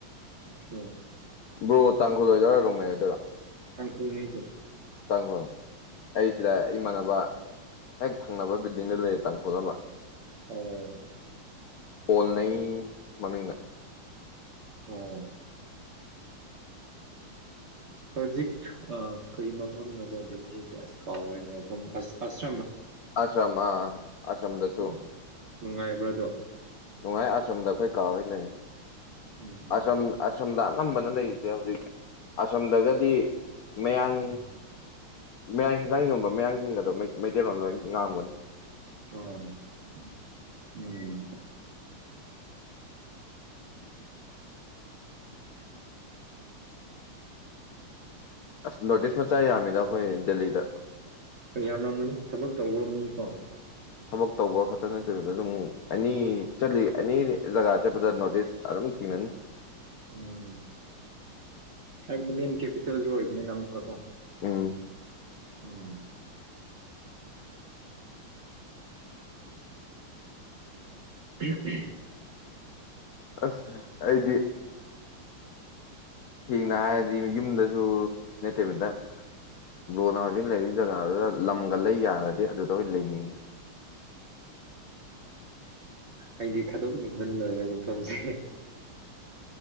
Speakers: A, on the right (about 45°); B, on the left (about 90°).
A: ꯑ‌ꯣꯀ‌ꯦ
B: ꯕ꯭ꯔꯣ ꯇꯥꯡꯈꯨꯂꯣꯏꯗꯣꯏꯔꯥ ꯅꯣꯡꯉꯩ ꯑꯣꯏꯗꯣꯏꯔꯥ
A: ꯀꯥꯟꯈꯩꯗ
B: ꯆꯥꯡꯈꯣꯜ ꯑꯩꯁꯤꯗ ꯏꯃꯥꯟ ꯍꯦꯛ ꯊꯪꯅꯕ ꯕꯤꯜꯗꯤꯡꯗ ꯂꯩꯔ ꯇꯥꯡꯈꯣꯜ ꯑꯃ
A: ꯑꯣ
B: ꯄꯣꯟꯅꯩ ꯃꯃꯤꯡꯅ
A: ꯑꯣ ꯍꯧꯖꯤꯛ ꯀꯩ ꯃꯐꯝꯅꯀꯣ ꯗꯦꯜꯂꯤꯒꯤ ꯑꯁ ꯀꯥꯎ ꯑꯣꯏꯅ ꯃꯐꯝ ꯑꯁ ꯑꯁ
B: ꯑꯁ ꯑꯃ ꯑꯁꯣꯝꯗꯁꯨ
A: ꯎꯝ ꯅꯨꯡꯉꯥꯏꯕ꯭ꯔꯥꯗꯣ
B: ꯅꯨꯡꯉꯥꯏ ꯑꯁꯣꯝꯗ ꯑꯩꯈꯣꯏ ꯀꯥ ꯍꯣꯏ ꯂꯩꯑꯦ
A: ꯎꯝ
B: ꯑꯁꯔꯝ ꯑꯁꯔꯝꯗ ꯑꯅꯝꯕꯅ ꯂꯩꯔꯤꯁꯦ ꯍꯧꯖꯤꯛ ꯑꯁꯔꯝꯗꯒꯗꯤ ꯃꯌꯥꯡ
A: ꯎꯝ
B: ꯃꯌꯥꯡ ꯍꯤꯟꯖꯥꯡ ꯌꯣꯟꯕ ꯃꯌꯥꯡꯁꯤꯡꯒꯗꯣ ꯃꯩꯇꯩꯂꯣꯟ ꯂꯣꯏ ꯉꯥꯡꯒꯅꯤ
A: ꯑꯣ ꯎꯝ
B: ꯑꯁ ꯅꯣꯔꯠꯏꯁ ꯃꯆꯥ ꯌꯥꯝꯃꯤꯗ ꯑꯩꯈꯣꯏ ꯗꯦꯜꯂꯤꯗ
A: ꯌꯥꯝ ꯃꯝꯒꯅꯤ ꯊꯕꯛ ꯇꯧꯕ ꯃꯤꯀꯣ
B: ꯊꯕꯛ ꯇꯧꯕ ꯈꯛꯇ ꯅꯠꯇꯕꯤꯗ ꯑꯗꯨꯝ ꯑꯦꯅꯤ ꯆꯠꯂꯤ ꯑꯦꯅꯤ ꯖꯒꯥ ꯆꯠꯄꯗ ꯅꯣꯔꯠꯏꯁ ꯑꯗꯨꯝ ꯊꯦꯡꯅꯅꯤ
A: ꯎꯝ ꯍꯥꯏꯕꯗꯤ ꯃꯦꯟ ꯀꯦꯄꯤꯇꯦꯜꯁꯨ ꯑꯣꯏꯕꯅꯤꯅ ꯑꯃꯨꯛꯀꯀꯣ
B: ꯎꯝ
A: ꯎꯝ <unintelligible>
B: ꯑꯁ ꯑꯩꯗꯤ ꯁꯦꯡꯅ ꯍꯥꯏꯔꯗꯤ ꯌꯨꯝꯗꯁꯨ ꯅꯠꯇꯕꯤꯗ ꯕꯔꯣꯅ ꯍꯧꯖꯤꯛ ꯂꯩꯔꯤ ꯖꯒꯥꯗꯨꯗ ꯂꯝꯒ ꯂꯩ ꯌꯥꯔꯗꯤ ꯑꯗꯨꯗ ꯑꯣꯏꯅ ꯂꯩꯅꯤꯡꯉꯤ
A: ꯑꯩꯗꯤ ꯊꯥꯗꯣꯛꯅꯤꯡꯕꯅ ꯂꯣꯏꯔꯦ ꯃꯐꯝꯁꯤ